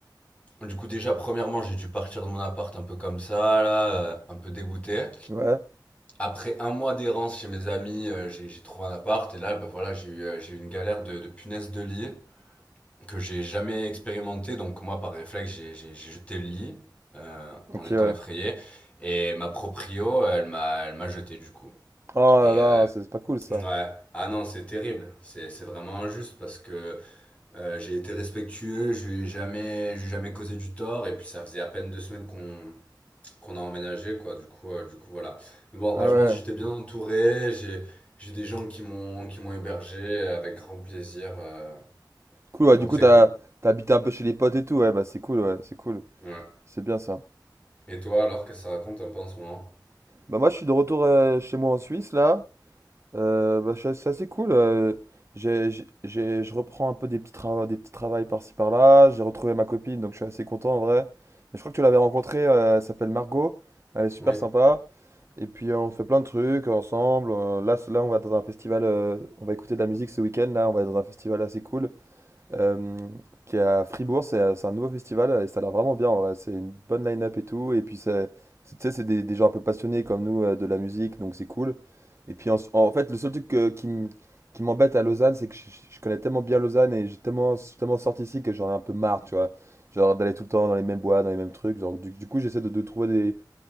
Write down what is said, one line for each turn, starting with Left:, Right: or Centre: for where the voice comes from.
Left: Du coup, déjà, premièrement, j'ai dû partir de mon appart un peu comme ça, là, euh, un peu dégoûté.
Right: Ouais.
Left: Après un mois d'errance chez mes amis, euh, j'ai j'ai trouvé un appart et là, bah voilà, j'ai eu, euh, j'ai eu une galère de, de punaise de lit que j'ai jamais expérimenté. Donc moi, par réflexe, j'ai j'ai- j'ai jeté le lit euh,
Right: Ok,
Left: en étant
Right: ouais.
Left: effrayé. Et ma proprio, elle m'a elle m'a jeté du coup.
Right: Oh
Left: Et
Right: là là,
Left: euh,
Right: c'est c'est pas cool ça.
Left: ouais, ah non, c'est terrible. C'est c'est vraiment injuste parce que euh, j'ai été respectueux, je lui ai jamais, je lui ai jamais causé du tort et puis ça faisait à peine deux semaines qu'on qu'on a emménagé, quoi. Du coup, euh, du coup, voilà. Mais bon, franchement
Right: Ah ouais.
Left: j'étais bien entouré. J'ai, j'ai des gens qui m'ont, qui m'ont hébergé avec grand plaisir. euh,
Right: Cool, ouais,
Left: donc
Right: du coup,
Left: c'est
Right: t'as,
Left: cool.
Right: t'as habité un peu chez les potes et tout, ouais, bah c'est cool, ouais, c'est cool.
Left: Ouais.
Right: C'est bien ça.
Left: Et toi, alors, qu'est-ce que ça raconte un peu en ce moment?
Right: Bah moi, je suis de retour euh, chez moi en Suisse, là. Euh, bah, c'est c'est assez cool. euh, j'ai, j'ai, j'ai- je reprends un peu des petits, travaux des petits travails par-ci par-là. J'ai retrouvé ma copine, donc je suis assez content en vrai. Mais je crois que tu l'avais rencontrée, euh, elle s'appelle Margot. Elle est super
Left: Oui.
Right: sympa. Et puis euh, on fait plein de trucs ensemble. euh, là, c- là, on va dans un festival, euh, on va écouter de la musique ce week-end. Là, on va être dans un festival assez cool euh, qui est à Fribourg. C'est euh, c'est un nouveau festival et ça a l'air vraiment bien en vrai. C'est une bonne line-up et tout. Et puis, c'est- c'est- tu sais, c'est des, des gens un peu passionnés comme nous euh, de la musique, donc c'est cool. Et puis, en, en fait, le seul truc que- qui m- qui m'embête à Lausanne, c'est que je, je- je connais tellement bien Lausanne et j'ai tellement, je suis tellement sorti ici que j'en ai un peu marre, tu vois. Genre d'aller tout le temps dans les mêmes bois, dans les mêmes trucs. Genre, du, du coup, j'essaie de, de trouver des,